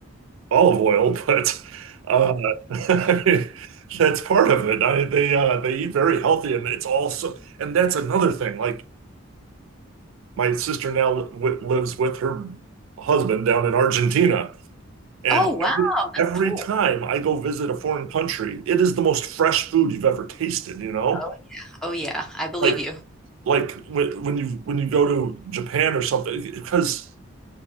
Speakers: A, on the right; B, in the centre.
A: olive oil, but uh, <laughs> I mean, that's part of it. I, they uh, they eat very healthy, and it's also and that's another thing. Like My sister now w lives with her husband down in Argentina. And
B: Oh wow,
A: every,
B: that's
A: every
B: cool.
A: time I go visit a foreign country, it is the most fresh food you've ever tasted, you know?
B: Oh yeah. Oh yeah, I believe
A: Like
B: you.
A: like when when you when you go to Japan or something, because